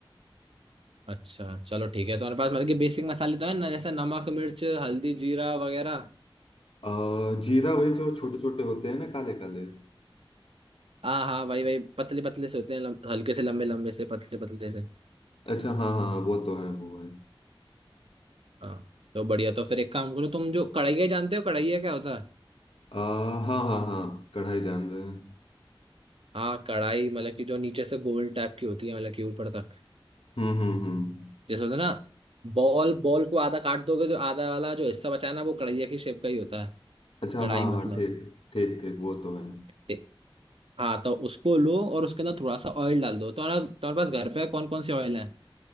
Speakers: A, on the right (about 85°); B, on the left (about 75°).
A: अच्छा चलो ठीक है तुम्हारे पास मतलब कि बेसिक मसाले तो है ना जैसे नमक मिर्च हल्दी जीरा वगैरह
B: अ, जीरा वही जो छोटे छोटे होते हैं ना काले काले
A: हाँ हाँ भाई भाई पतले पतले से होते हैं लम, हल्के से लंबे लंबे से पतले पतले से
B: अच्छा हाँ हाँ वो तो है वो है
A: हाँ तो बढ़िया तो फिर एक काम करो तुम जो कढ़ाई जानते हो कढ़ाई क्या होता है
B: अ, हाँ हाँ हाँ कढ़ाई जान रहे हैं
A: हाँ कढ़ाई मतलब कि जो नीचे से गोल टाइप की होती है मतलब कि ऊपर तक
B: हम्म हम्म हम्म
A: जैसे होता है ना बॉल बॉल को आधा काट दोगे जो आधा वाला जो हिस्सा बचा है ना वो कढ़ाई की शेप का ही होता है
B: अच्छा
A: कढ़ाई
B: हाँ
A: मतलब
B: हाँ ठीक ठीक ठीक वो तो है
A: ते- हाँ तो उसको लो और उसके अंदर थोड़ा सा ऑयल डाल दो तो तुम्हारा तुम्हारे पास घर पे कौन कौन से ऑयल है